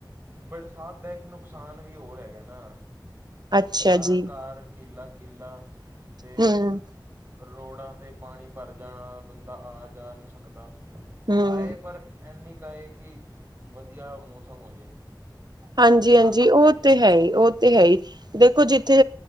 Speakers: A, on the right; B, on the right.
A: ਬਰਸਾਤ ਦਾ ਇੱਕ ਨੁਕਸਾਨ ਵੀ ਹੋਰ ਹੈਗਾ ਨਾ
B: ਅੱਛਾ
A: ਸਾਰਾ
B: ਜੀ
A: ਘਰ ਕਿਲਾ ਕਿਲਾ ਤੇ
B: ਹਮ
A: ਰੋੜਾ ਦੇ ਪਾਣੀ ਭਰ ਜਾਣਾ ਬੰਦਾ ਆ ਜਾ ਨਹੀਂ ਸਕਦਾ
B: ਹਮ
A: ਆਏ ਪਰ ਇੰਨੀ ਕ ਆਏ ਕਿ ਵਧੀਆ ਮੌਸਮ ਹੋ ਜੇ।
B: ਹਾਂਜੀ
A: ਨਾ
B: ਹਾਂਜੀ
A: ਗਰਮੀ
B: ਉਹ
A: ਹੋਏ
B: ਤੇ ਹੈ ਹੀ ਉਹ ਤੇ ਹੈ ਹੀ! ਦੇਖੋ ਜਿੱਥੇ